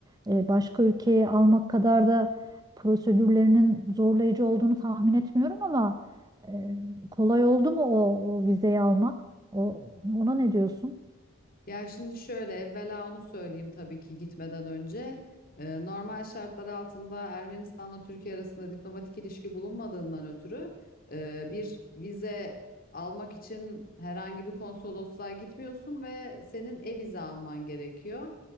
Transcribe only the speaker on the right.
e, başka ülkeye almak kadar da prosedürlerinin zorlayıcı olduğunu tahmin etmiyorum ama e, Kolay oldu mu o, o vizeyi almak? O, ona ne diyorsun?